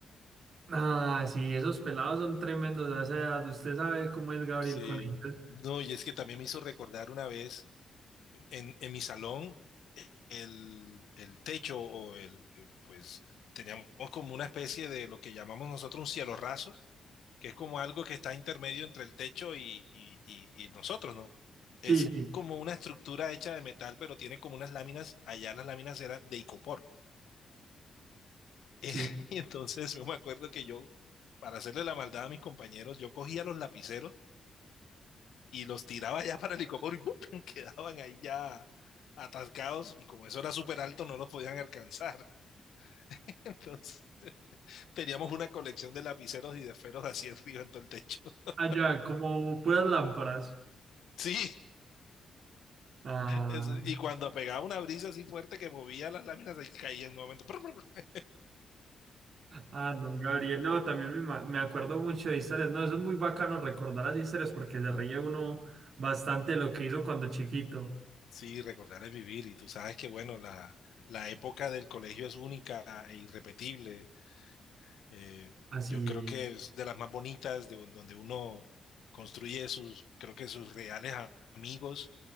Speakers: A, on the right; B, on the left.
A: Ah, sí, esos pelados son tremendos a esa edad. Usted sabe cómo es Gabriel
B: Sí.
A: con ellos.
B: No, y es que también me hizo recordar una vez en, en mi salón. el, el techo o el, eh, pues teníamos como una especie de lo que llamamos nosotros un cielo raso, que es como algo que está intermedio entre el techo y, y, y- y nosotros, ¿no?
A: Sí,
B: Es
A: sí,
B: como una estructura hecha de metal, pero tiene como unas láminas, allá las láminas eran de icopor. <laughs> Eh,
A: sí.
B: y entonces yo me acuerdo que yo, para hacerle la maldad a mis compañeros, yo cogía los lapiceros y los tiraba ya para el icopor y ¡pum! <laughs> quedaban ahí ya atascados y como eso era súper alto, no los podían alcanzar. <laughs> Entonces... teníamos una colección de lapiceros y de esferos así <laughs> arriba en todo el techo. <laughs>
A: Allá, como puras lámparas.
B: Sí,
A: Ah.
B: eso. y cuando pegaba una brisa así fuerte que movía las láminas, se caían nuevamente. <laughs>
A: Ah, no, Gabriel, no, también me, ma- me acuerdo mucho de historias, no, eso es muy bacano recordar las historias porque se ríe uno bastante de lo que hizo cuando chiquito,
B: Sí, recordar es vivir y tú sabes que, bueno, la, la época del colegio es única e irrepetible. Eh,
A: así,
B: yo creo
A: es.
B: que es de las más bonitas, de don- donde uno construye sus, creo que sus reales a- amigos